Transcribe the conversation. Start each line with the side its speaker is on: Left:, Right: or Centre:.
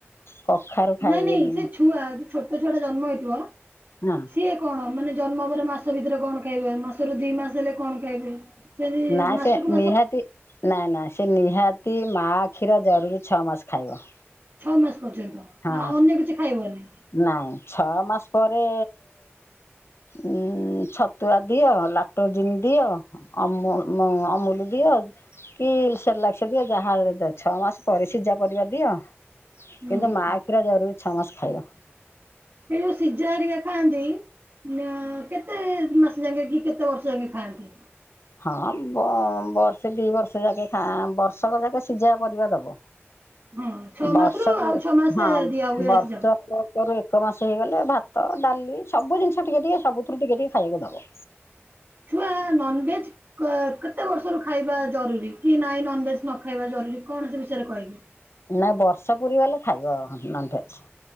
Left: କଖାରୁ ଖାଇବେନି
Right: ନାଇଁ ନାଇଁ ସେ ଛୁଆ ଯୋଉ ଛୋଟ ଛୁଆଟା ଜନ୍ମ ହେଇଥିବ
Left: ହଁ
Right: ସିଏ କଣ ମାନେ ଜନ୍ମ ପରେ ମାସ ଭିତରେ କଣ ଖାଇବେ ମାସରୁ ଦି ମାସ ହେଲେ କଣ ଖାଇବେ ସେମିତି
Left: ନା
Right: ମାସକୁ
Left: ସେ
Right: ମାସ
Left: ନିହାତି ନାଇଁ ନାଇଁ ସେ ନିହାତି ମା କ୍ଷୀର ଜରୁରୀ ଛଅ ମାସ ଖାଇବ।
Right: ଛଅ ମାସ ପର୍ଯ୍ୟନ୍ତ
Left: ହଁ
Right: ଆଉ ଅନ୍ୟ କିଛି ଖାଇବନି।
Left: ନାଇଁ ଛଅ ମାସ ପରେ ଉ ଛତୁଆ ଦିଅ ଲାକ୍ଟଜିନ ଦିଅ। ଆମ ଅମୁଲ ଦିଅ କି ସେରଲାକ୍ସ ଦିଅ ଯାହା ଦିଅ। ଛଅ ମାସ ପରେ ସିଝା ପରିବା ଦିଅ।
Right: ହୁଁ
Left: କିନ୍ତୁ ମାଆ
Right: ହୁଁ
Left: କ୍ଷୀର ଜରୁରୀଛଅ ମାସ ଖାଇବା।
Right: ଏଇ ଯୋଉ ସିଝା ହେରିକା ଖାଆନ୍ତି ନା କେତେ ମାସେ ଯାଙ୍କେ କି କେତେ ବର୍ଷ ଯାକେ ଖାଆନ୍ତି।
Left: ହଁ ବର୍ଷେ ଦି ବର୍ଷ ଯାକେ ଖା ବର୍ଷକ ଯାକେ ସିଝା ପରିବା ଦବ।
Right: ହଁ ଛଅ
Left: ବର୍ଷକୁ
Right: ମାସରୁ ଆଉ ଛଅ ମାସ
Left: ହଁ
Right: ଦିଆ ହୁଏ
Left: ବର୍ଷ
Right: ସିଝାକୁ।
Left: ବର୍ଷରୁ ଏକ ମାସ ହେଇଗଲେ ଭାତ ଡାଲି ସବୁ ଜିନିଷ ଟିକେ ଟିକେ ସବୁଥିରୁ ଟିକେ ଟିକେ ଖାଇବାକୁ ଦବ।
Right: ଛୁଆ ନନଭେଜ୍‌ କେତେ ବର୍ଷରୁ ଖାଇବା ଜରୁରୀ କି ନାଇଁ ନନ୍‌ଭେଜ ନ ଖାଇବା ଜରୁରୀ କଣ ସେ ବିଷୟରେ କହିବେ
Left: ନାଇ ବର୍ଷ ପୁରୀ ଗଲେ ଖାଇବ ନନ୍‌ଭେଜ।